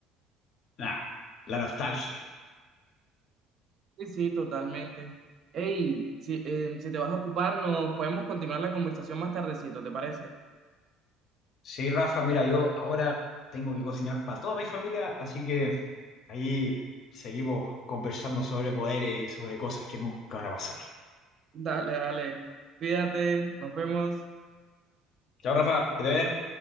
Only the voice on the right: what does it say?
Sí, sí, totalmente. Hey, si, eh, si te vas a ocupar, nos podemos continuar la conversación más tardecito, ¿te parece?
Dale, dale. Cuídate, nos vemos.